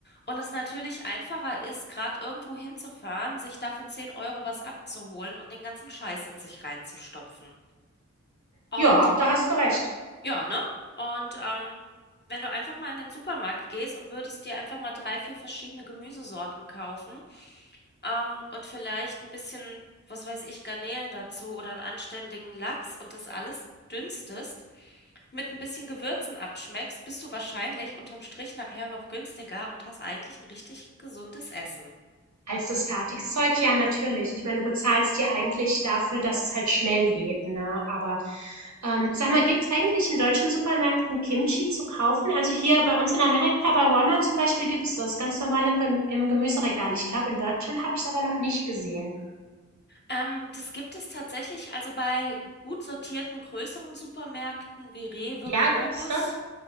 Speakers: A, on the left; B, on the right.
A: und es natürlich einfacher ist, gerade irgendwo hinzufahren, sich da für 10 Euro was abzuholen und den ganzen Scheiß in sich reinzustopfen. Und
B: Ja, da hast du recht.
A: Ja, ne? Und ähm, wenn du einfach mal in den Supermarkt gehst und würdest dir einfach mal drei, vier verschiedene Gemüsesorten kaufen ähm, und vielleicht ein bisschen, was weiß ich, Garnelen dazu oder einen anständigen Lachs und das alles dünstest, mit ein bisschen Gewürzen abschmeckst, bist du wahrscheinlich unterm Strich nachher noch günstiger und hast eigentlich ein richtig gesundes Essen.
B: als das Fertigzeug, ja, natürlich. Ich meine, du bezahlst dir eigentlich dafür, dass es halt schnell geht, ne? Aber ähm, sag mal, gibt's eigentlich in deutschen Supermärkten Kimchi zu kaufen? Also hier bei uns in Amerika, bei Walmart zum Beispiel, gibt's das ganz normal im, Rem- im Gemüseregal. Ich glaube, in Deutschland habe ich es aber noch nicht gesehen.
A: Ähm, das gibt es tatsächlich also bei gut sortierten größeren Supermärkten wie Rewe,
B: Ja,
A: Globus.
B: gibt's doch.